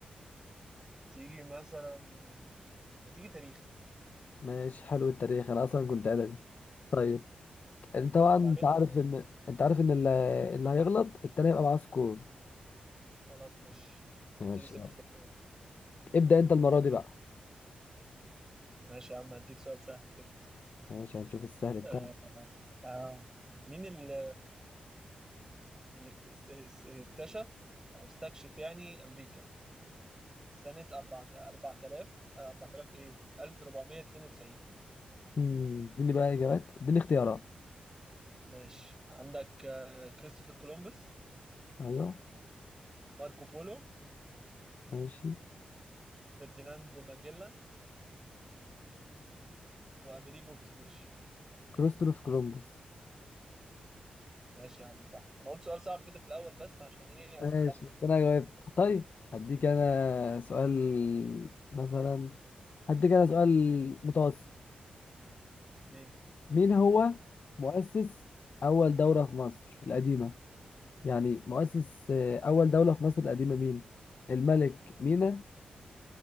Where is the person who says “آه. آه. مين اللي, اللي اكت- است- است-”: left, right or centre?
Right